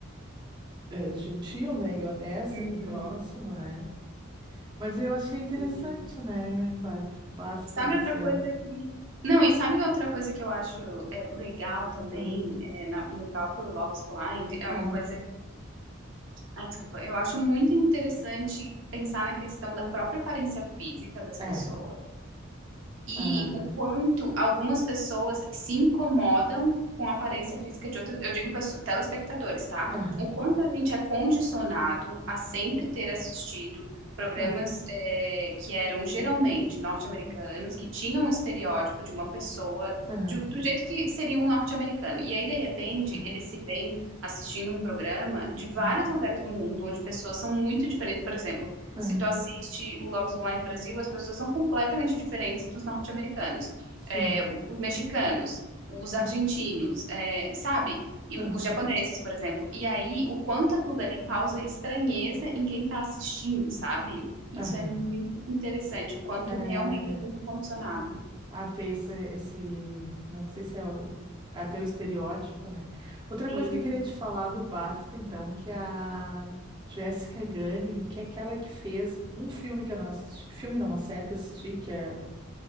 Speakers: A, on the right; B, on the right.
A: eh, gentil, né? E honesta
B: Uhum,
A: com o próximo, né? Mas eu achei interessante,
B: sim.
A: né, Bárbara? O BAFTA
B: Sabe
A: desse
B: outra
A: ano.
B: coisa que. Não, e sabe que outra coisa que eu acho é, legal também
A: Aham,
B: é, na- no próprio Love is Blind? É
A: aham.
B: uma coisa. Ai, desculpa. Eu acho muito interessante pensar na questão da própria aparência física das
A: É.
B: pessoas. E
A: Aham,
B: o quanto algumas pessoas se incomodam com a aparência física de outras, eu digo pesso- telespectadores, tá?
A: aham,
B: O quanto a gente é condicionado a sempre ter assistido programas
A: aham,
B: eh, que eram geralmente norte-americanos, que tinham um estereótipo de uma pessoa
A: aham,
B: de- do jeito que seria um norte-americano. E aí, de repente,
A: aham,
B: eles se veem assistindo um programa de vários
A: aham,
B: lugares do mundo, onde pessoas são muito diferentes. Por exemplo,
A: aham.
B: se tu assiste o Love is Blind Brasil, as pessoas são completamente diferentes dos norte-americanos,
A: Sim.
B: é, o- os mexicanos, os argentinos,
A: é,
B: é, sabe? E
A: Aham,
B: o- os japoneses, por exemplo. E aí, o quanto aquilo dali causa estranheza em quem tá assistindo, sabe? Isso
A: aham.
B: é muito interessante, o quanto
A: É,
B: realmente a gente é condicionado.
A: a ter esse, esse, não sei se é o, até o estereótipo, né? Outra
B: Sim.
A: coisa que eu queria te falar do BAFTA, então, que é a Jessica Gunning, que é aquela que fez um filme que eu não assisti, filme não, uma série que eu assisti, que é